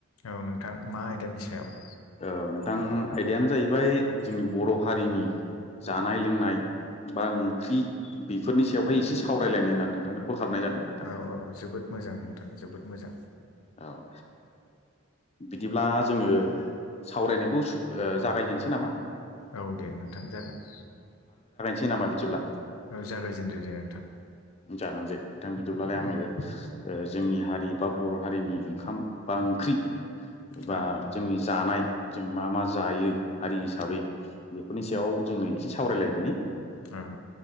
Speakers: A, on the left; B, on the left.
A: औ नोंथां मा आयदानि सायाव?
B: ओ नोंथां आयदायानो जाहैबाय जोंनि बर' हारिनि जानाय लोंनाय बा ओंख्रि बेफोरनि सायावहाय एसे सावरायलायनो होननानै नोंथांनो कल खालामनाय जादों नोंथां
A: औ औ जोबोद मोजां नोंथां जोबोद मोजां।
B: औ। बिदिब्ला जोङो सावरायनायखौ सु ओ जागायजेननोसै नामा?
A: औ दे नोंथां जागोन।
B: थि नामा बिदिब्ला।
A: औ जागायजेनदो दे नोंथां।
B: जागान दे बिथां बिदिब्लालाय आङो ओ जोंनि हारि बा बर' हारिनि ओंखाम बा ओंख्रि बा
A: औ
B: जोंनि जानाय जों मा मा जायो हारि हिसाबै
A: औ
B: बेफोरनि सायाव जोङो एसे सावरायलाय दोनि।
A: ओ।